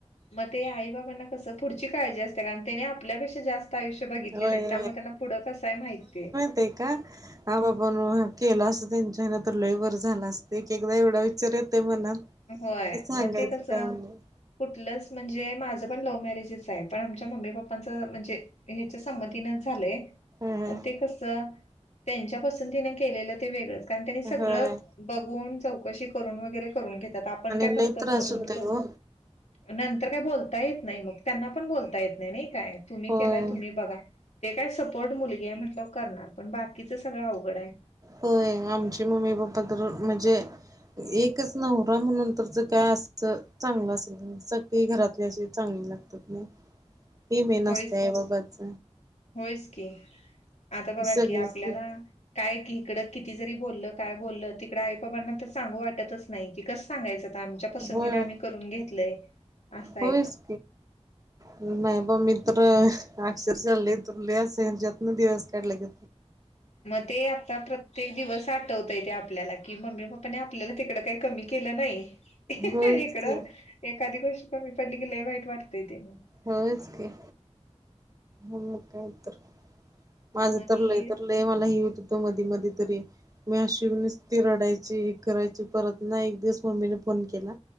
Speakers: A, on the left (about 80°); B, on the right (about 30°).
A: मग ते आई बाबांना कस पुढची काळजी असते ना आणि त्यांनी आपल्यापेक्षा जास्त आयुष्य बघितलेलं
B: होय
A: हाईत त्यामुळे त्यांना पुढं कसय माहितय.
B: ते का हा बापण केला असं त्यांच्या हे न तर लई बर झाल असत एक एकदा एवढा विचार येतोय मनात.
A: होय
B: कि सांगायचं
A: मग ते कस
B: काम नाही
A: कुठलंच म्हणजे माझं पण लव्ह मॅरेजच आहे पण आमच्या मम्मी पप्पांचं म्हणजे हेच्या संमतीनेच झालंय.
B: ह
A: पण ते कस त्यांच्यापसंतीनं केलेलं ते वेगळंच कारण त्यांनी सगळं
B: होय.
A: बघून चौकशी करून वगैरे करून घेतात आपण
B: आणि
A: काय फक्त
B: लय त्रास
A: बोलून
B: होतोय
A: करून.
B: ओ
A: नंतर काय बोलता येत नाही मग त्यांना पण बोलता येत नाही नाही काय तुम्ही
B: होय.
A: केलाय तुम्ही बघा. ते काय सपोर्ट मुलगी आहे म्हटल करणार पण बाकीचं सगळं अवघड आहे.
B: हो आमचे मम्मी पप्पा तर म्हणजे. एकच नवरा म्हणून तर ज काय असं चांगलं असेल सगळी घरातले अशी चांगली लागतात नाही हे मे नसते
A: होयच
B: आहे
A: की
B: बाबाच.
A: होयच की आता बघा
B: सगळेच
A: की आपल्याला काय क इिकडं किती जरी बोललं काय बोललं तिकड आई बाबांना तर सांगू वाटतच नाही. तिकस सांगायचं आता आमच्या पसंतीने
B: होय.
A: आम्ही करून घेतलंय असं आहे
B: होयच
A: ते.
B: नाही ब मी तर अक्षरशलले तुले सर जतन दिवस काढले के
A: मग ते आता प्रत्य ते दिवस आठवताय ते आपल्याला कि मम्मी पप्पाने आपल्याला तिकड काही कमी केलं नाही. इकडं
B: होयच की
A: एखादी गोष्ट कमी पडली की लई वाईट वाटतय ते मग.
B: होच का. मग काय तर माझं
A: मधी
B: तर लय तर लय मला हि हो त होत मधी मधी तरी. मी अशीच ती रडायची ह करायची परत ना एक दिवस मम्मीने फोन केला.